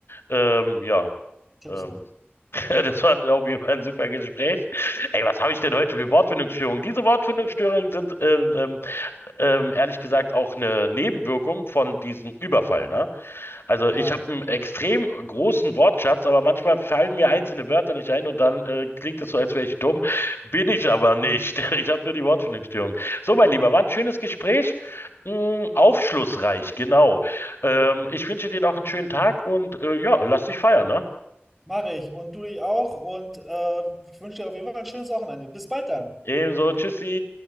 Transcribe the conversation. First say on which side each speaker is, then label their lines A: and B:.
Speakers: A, on the left (about 70°); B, in the centre.
A: ähm, ja,
B: Schusshaft.
A: ähm, <laughs> das war auf jeden Fall ein super Gespräch. Ey, was habe ich denn heute für Wortfindungsstörungen? Diese Wortfindungsstörungen sind ähm, ähm, ähm, ehrlich gesagt auch eine Nebenwirkung von diesem Überfall, ne? Also
B: Ah,
A: ich habe
B: okay.
A: einen extrem großen Wortschatz, aber manchmal fallen mir einzelne Wörter nicht ein und dann äh, klingt es so, als wäre ich dumm. Bin ich
B: Nein,
A: aber nicht.
B: alles
A: <laughs> Ich habe nur die Wortfindungsstörung. So, mein Lieber, war ein schönes Gespräch. Hm, aufschlussreich, genau. Ähm, ich wünsche dir noch einen schönen Tag und äh, ja, lass dich feiern, ne?
B: mache ich. Und du dich auch. Und äh, ich wünsche dir auf jeden Fall ein schönes Wochenende. Bis bald dann.
A: Ebenso, tschüssi.